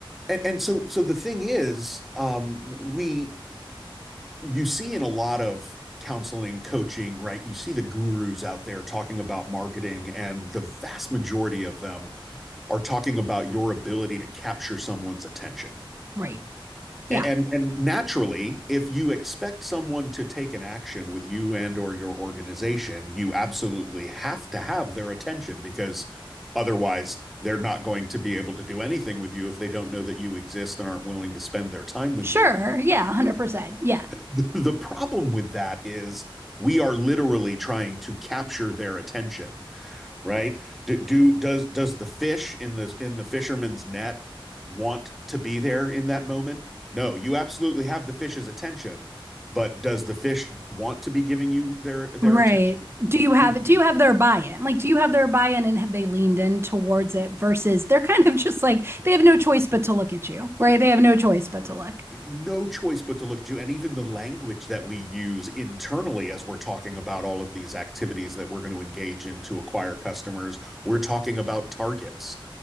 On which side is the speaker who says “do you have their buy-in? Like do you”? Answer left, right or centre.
Right